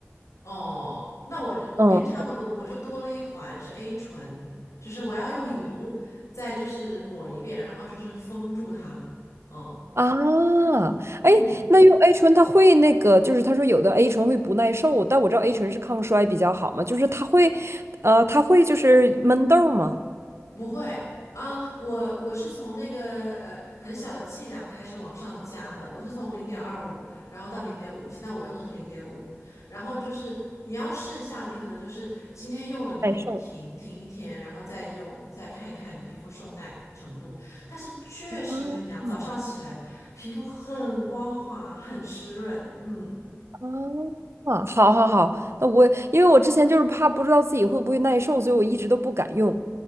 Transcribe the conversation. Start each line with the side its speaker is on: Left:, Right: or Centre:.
Left: 哦，那我我跟你差不多，
Right: 嗯
Left: 我就多了一环是 A 醇，就是我要用油再就是抹一遍，然后就是封住它。哦，
Right: 啊，
Left: 嗯，
Right: 哎，那用 A 醇它会那个，就是他说有的 A 醇会不耐受，但我知道 A 醇是抗衰比较好嘛，就是它会，呃，它会就是闷痘儿吗？
Left: 不会啊，我我是从那个呃很小的剂量开始往上加的，我是从零点二五，然后到零点五，现在我用的是零点五，然后就是你要试一下，你可能就是今天用了，明天就停停一天，
Right: 耐受。
Left: 然后再用，再看一看你皮肤受耐程度。但是确实，
Right: 啊
Left: 我跟你讲，早上起来皮肤很光滑，很湿润，嗯。
Right: 哦，啊，好好好，那我因为我之前就是怕不知道自己会不会耐受，所以我一直都不敢用